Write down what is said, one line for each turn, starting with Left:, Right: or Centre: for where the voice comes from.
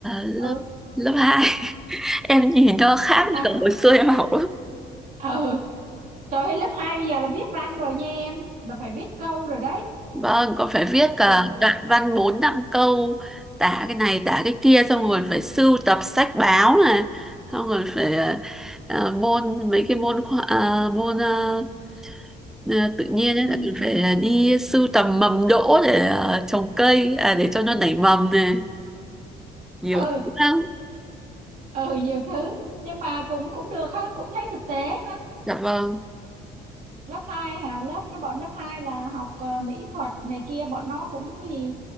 Centre: lớp
Right: ừ
Centre: lớp hai <laughs> em nhìn nó khác
Right: lớp
Centre: với
Right: hai
Centre: cả hồi xưa em học lắm
Right: <laughs> à, ừ trời ơi lớp hai bây giờ là viết văn rồi nha em là phải viết câu rồi đấy
Centre: Vâng, còn phải viết cả
Right: trời ơi,
Centre: đoạn văn 4 5 câu tả cái này tả cái kia xong rồi phải sưu tập sách báo này, xong rồi phải ờ, ờ, môn mấy cái môn khoa- ờ, môn ờ, ờ, tự nhiên ấy
Right: môn
Centre: là mình
Right: gì
Centre: phải đi sưu tầm mầm đỗ để ờ, trồng cây à, để cho nó nảy mầm này, nhiều
Right: ừ
Centre: thứ lắm.
Right: ừ nhiều thứ nhưng mà cũng cũng được ha cũng thấy thực tế ha
Centre: Dạ vâng.
Right: lớp hai hả lớp cái bọn lớp 2 là học ờ, mỹ thuật này kia bọn nó cũng cái gì